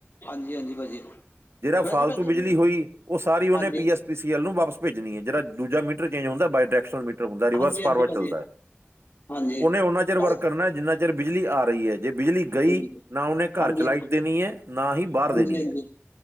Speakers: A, on the left; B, on the right.
A: ਹਾਂਜੀ ਹਾਂਜੀ ਭਾਜੀ
B: ਜੇੜਾ ਫਾਲਤੂ
A: ਵੈਸੇ ਭਾਜੀ
B: ਬਿਜਲੀ
A: ਇਹਨੂੰ
B: ਹੋਈ ਔਹ ਸਾਰੀ ਉਹਨੇ
A: ਹਾਂਜੀ
B: ਪੀ ਐਸ ਪ ਅਸੀ ਯੈਹਲੋ ਨੂੰ ਵਾਪਸ ਭੇਜਨੀਏ। ਜਿਹੜਾ ਦੂਜਾ ਮੀਟਰ ਚੇਂਜ ਹੁੰਦਾ ਬਾਇ ਟੈਕਸਲ ਮੀਟਰ। ਹੁੰਦਾ ਰੀਵਰਸ
A: ਹਾਂਜੀ
B: ਫਾਰਬਰਡ
A: ਹਾਂਜੀ ਭਾਜੀ
B: ਚੱਲਦਾਐ।
A: ਹਾਂਜੀ
B: ਔਨੇ ਉਹਨਾਂ ਚਿਰ ਵਰਕ
A: ਚੱਲ
B: ਕਰਨਾ ਜਿੰਨਾ ਚਿਰ ਬਿਜਲੀ ਆ ਰਹੀ ਐ। ਜੇ ਬਿਜਲੀ ਕਈ
A: ਠੀਕ ਹੈ।
B: ਨਾ ਔਨੇ ਘਰ
A: ਹਾਂਜੀ
B: ਚ ਲਾਈਟ ਦੇਨੀਆ। ਨਾ ਈ
A: ਹਾਂਜੀ
B: ਬਾਰ ਦੇਨੀ
A: ਹਾਂਜੀ
B: ਆ।